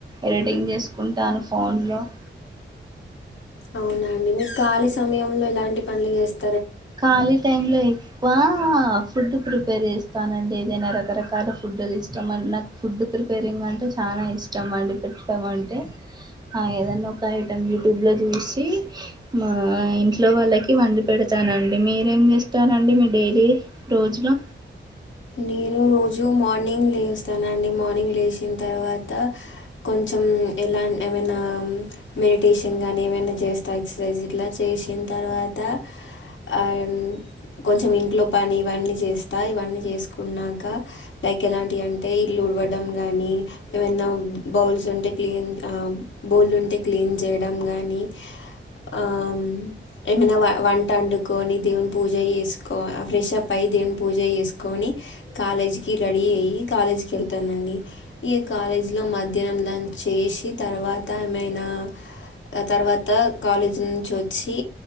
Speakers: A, on the right; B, on the left.
A: ఎడిటింగ్ చేసుకుంటాను ఫోన్లో <inaudible>
B: అవునండి మీకు ఖాళీ సమయంలో ఇలాంటి పనులు చేస్త
A: ఖాళీ టైం లో ఎకువ ఫుడ్ ప్రిపేర్ చేస్తానండి ఏదైనా రకరకాల ఫుడ్లు ఇష్టాం నాకు ఫుడ్ ప్రిపేరింగ్ అంటే చాలా నా ఇష్టం అండి పెట్మంటే ఆ ఏదన్న ఒక ఐటెం యూట్యూబ్ లో చూసి మా ఇంట్లో వాళ్ళకి వండి పెడత ఇస్తానండి మీరేం చేస్తారండి మీ డైలీ రోజులు
B: నేను రోజు మార్నింగ్ లేస్తానండి మార్నింగ్ లేచిన తర్వాత కొంచెం ఎలాంటి ఏమైనా మెడిటేషన్ కానీ ఏమైనా చేస్తా ఎక్ససైజ్ ఇట్లా చేసిన తర్వాత అండ్ కొంచెం ఇంట్లో పని ఇవన్నీ చేస్తా ఇవన్నీ చేసు న్నాక లైక్ ఎలాంటి అంటే ఇల్లు ఉడవడం గానీ ఏమనా బౌల్స్ ఉంటే క్ బోల్ ఉంటే క్లీన్ చేయడం కానీ ఆ ఏమైనా వంట వండుకోని దేవుని పూజ చేసుకో ఆ ఫ్రెష్ప్ అయి దేవుని పూజ చేసుకొని కాలేజీకి రెడీ అయ్యి కాలేజీకి వెళ్తానండి ఈ కాలేజీలో మధ్యాహ్నం లంచ్ చేసి తర్వాత ఏమైనా ఆ తర్వాత కాలేజ్ నుంచి వచ్చి